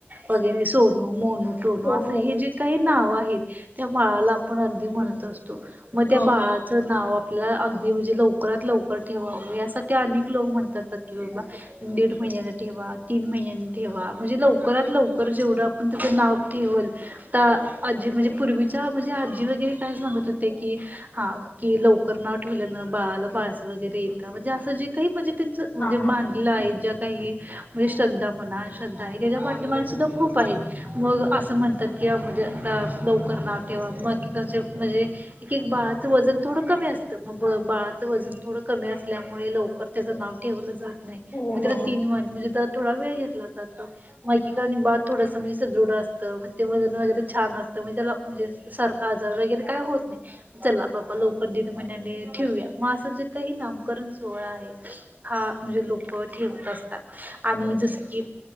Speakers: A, on the right; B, on the left.
A: वगैरे सोनू मोनू टोनू
B: हो
A: असं
B: हो
A: हे जे. काही नाव आहेत त्या बाळाला आपण अगदी म्हणत असतो मग त्या
B: हो
A: बाळा. चं नाव आपल्या अगदी म्हणजे लवकरात लवकर ठेवावं यासाठी अनेक लोक म्हणतातात की बाबा. दडेड महिन्याचा ठ वा. तीन महिन्यांनी ठेवा म्हणजे लवकरात लवकर जेवढं आपण तुझं नाव ठेवल. आता आजी म्हणजे पूर्वीच्या म्हणजे आजी वगैरे काय सांगत होते की. हा की लवकर न ठेवल्यान बाळाला बाळस वगैरे येतं म्हणजे असं जे काही म्हणजे. म्हणजे
B: हा हा
A: बांधलं आहे ज्या काही म्हणजे श्रद्धा म्हणा श्रद्धा आहे त्याच्या. सुद्धा खूप आहेत. मग असं म्हणतात की म्हणजे आता लवकर नाव ठेवा मग की कॉन्सेप्ट म्हणजे. एक एक बाळाचं वजन थोडं कमी असतं मग बाळाचं वजन थोडं कमी असल्यामुळे लवकर त्याचं नाव. ठेवलं जात नाही
B: हो
A: मग त्याला
B: हो
A: तीन वाहिने म्हणजे त्या थोडा वेळ घेतला जातो. माहिकी का आणि बाद थोडंसं म्हणजे सदृढ असतं म ते वजन वगैरे छान असतं म्हणज त्याला म्हणजे. सारखा आजार वगैरे काही होत नाही. चला बाबा लवकर दीड महिन्यानी ठेवूया मग असं जे काही नामकरण सोहळा आहे. हा म्हणजे लोक ठेवत असतात आणि जस की.